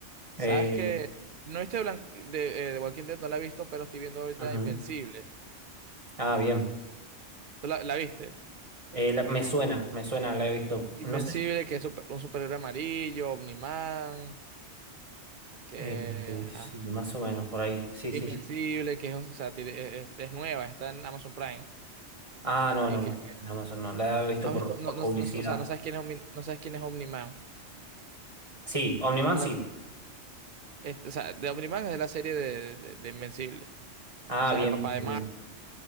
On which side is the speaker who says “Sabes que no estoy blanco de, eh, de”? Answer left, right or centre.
Right